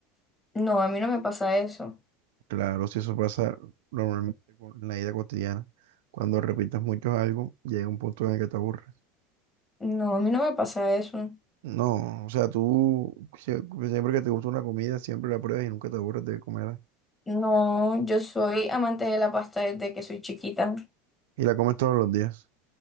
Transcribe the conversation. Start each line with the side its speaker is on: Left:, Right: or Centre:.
Left: No, a mí no me pasa eso.
Right: Claro, si eso pasa normalmente con- en la vida cotidiana, cuando repitas mucho algo, llega un punto en el que te aburres.
Left: No, a mí no me pasa eso.
Right: No, o sea, tú sie- siempre que te gusta una comida, siempre la pruebas y nunca te aburres de comerla.
Left: No, yo soy amante de la pasta desde que soy chiquita.
Right: Y la comes todos los días.